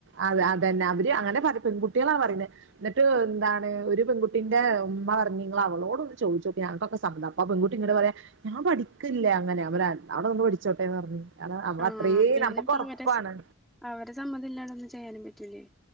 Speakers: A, on the right; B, in the centre.
A: അത അതന്നെ അവര് അങ്ങനെ പറിം പെൺകുട്ടികളാ പറയുന്നത് എന്നിട്ട് എന്താണ് ഒരു പെൺകുട്ടിന്റെ ഉമ്മ പറഞ്ഞ് ഇങ്ങൾ അവളോട് ഒന്ന് ചോദിച്ച് നോക്കി ഞങ്ങക്കൊക്കെ സമ്മത അപ്പ ആ പെൺകുട്ടി ഇങ്ങട് പറയാ ഞാൻ പഠിക്കല്ലേ അങ്ങനെ അവര് അവിടെന്ന് പഠിച്ചോട്ടേന്ന് പറഞ്ഞഞ് കാരണം നമ്മള്
B: ആഹ്
A: അത്രയും
B: പിന്നെ
A: നമ്മക്ക്
B: ഇപ്പ
A: ഉറപ്പാണ്
B: അവരെ അവരെ സമ്മതം ഇല്ലാതൊന്നും ചെയ്യാനും പറ്റൂലേ